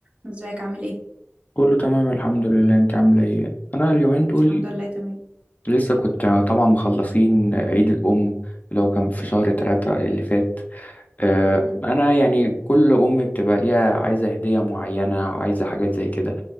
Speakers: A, on the right (about 25°); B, on the left (about 40°).
A: ازيك عامل ايه
B: كله تمام الحمد لله انت عامله ايه انا اليومين دول
A: الحمد لله تمام
B: لسه كنت طبعا مخلصين عيد الام اللي هو كان في شهر ثلاثة اللي فات آه،
A: مم.
B: انا يعني كل ام بتبقى ليها عايزه هديه معينه وعايزه حاجات زي كده